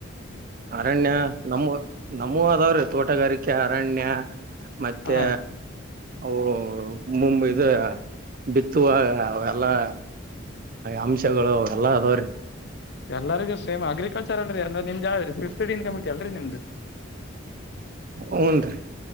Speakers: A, on the right; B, on the left.
A: ಅರಣ್ಯ ನಮ್ಮೂ ನಮ್ಮೂ ಅದಾವ್ರೀ ತೋಟಗಾರಿಕೆ ಅರಣ್ಯಾ ಮತ್ತೆ
B: ಹ
A: ಅವು ಮು ಇದು ಬಿತ್ತುವ ಎಲ್ಲಾ ಅಂಶಗಳು ಎಲ್ಲಾ ಅದ್ರೀ
B: ಎಲ್ಲರಿಗೂ ಸೇಮ್ ಅಗ್ರಿಕಲ್ಚರ್ ಅನ್ರಿ ಎಲ್ಲಾ ನಿಮ್ ಯಾವದರೀ ಫಿಫ್ತ್ ಡನ್ ಕಮ್ಮಿಟಿ ಅಲ್ರರಿ ನಿಮ್ದು
A: ಹೂನ ರೀ